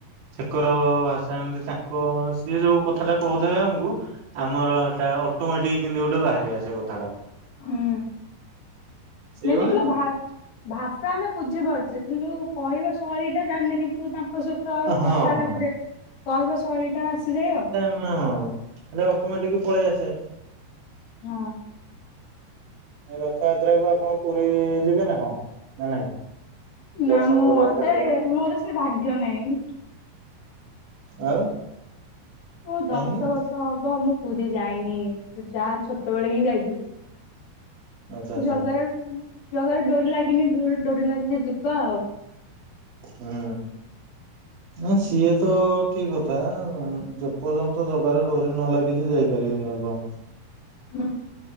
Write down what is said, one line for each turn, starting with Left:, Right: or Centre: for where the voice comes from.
Right: ସେକର ଭାଷା ଏମିତି ତାଙ୍କ ସିଏ ଯୋଉ କଥା ଟା କହୁଥେ ଆମକୁ ଆମର ସେଟା ଅଟୋମେଟିକ କିମତି ଗୋଟେ ବାହାରିିବାସ କଥାଟା।
Left: ହୁଁ।
Right: ସେଇଭଳି
Left: ମେନ୍ କଥା
Right: ଆଉ।
Left: ଭା ଭାଷା ଆମେ ବୁଝିପାରୁଚେ କିନ୍ତୁ କହିବା ଶୈଳୀଟା ଜାଣିନେ କିନ୍ତୁ ତାଙ୍କ ତାଙ୍କ ସହିତ
Right: ହଁ
Left: କଥା ହେଲା
Right: ହଁ
Left: ପରେ କହିବା ଶୈଳୀ ଟା ଆସିଯାଏ ଆଉ।
Right: ହ ହଁ ହେଲେ ଅଟୋମେଟିକ ପଳେଇ ଆସେ।
Left: ହଁ।
Right: ଏ ରଥଯାତ୍ରା କୁ ଆପଣ ପୁରୀ ଯିବେ ନା କଣ ନା ନାଇଁ?
Left: ନା
Right: ଦର୍ଶନ
Left: ମୁଁ
Right: କରିବାକୁ
Left: ମତେ
Right: ଠାକୁରଙ୍କୁ
Left: ମୋର ସେ ଭାଗ୍ୟ ନାହିଁ।
Right: ଆଉ?
Left: ମୁଁ
Right: କାହିଁକି
Left: ଦଶ ବର୍ଷ ହବ ମୁଁ ପୁରୀ ଯାଇନି ଯାହା ଛୋଟବେେଳେ ହିଁ ଯାଇଥିଲି।
Right: ଆଚ୍ଛା ଆଚ୍ଛା
Left: ଜଗାରେ ଜଗାରେ ଡୋରି ଲାଗିନି ଡୋରି ଲାଗିଲେ ଯିବା ଆଉ।
Right: ହୁଁ ନା ସିଏ ତ ଠିକ କଥା। ତା ଯେ ପର୍ଯ୍ୟନ୍ତ ଜଗାର ଡୋରି ନ ଲାଗିଛି ଯାଇପାରିବେନି ଆପଣ।
Left: ହୁଁ।